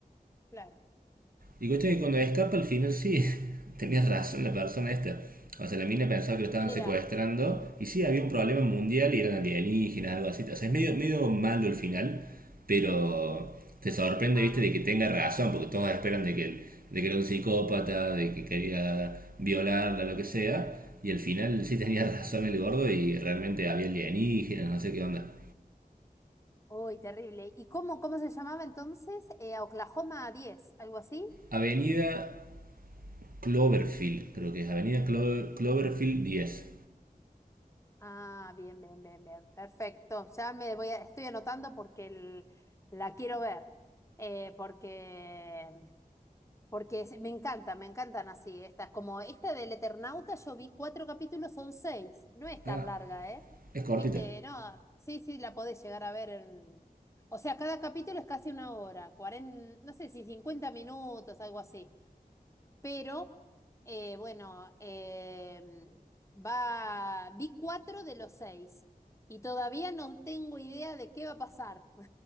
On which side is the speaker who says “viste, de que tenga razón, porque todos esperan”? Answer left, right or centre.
Right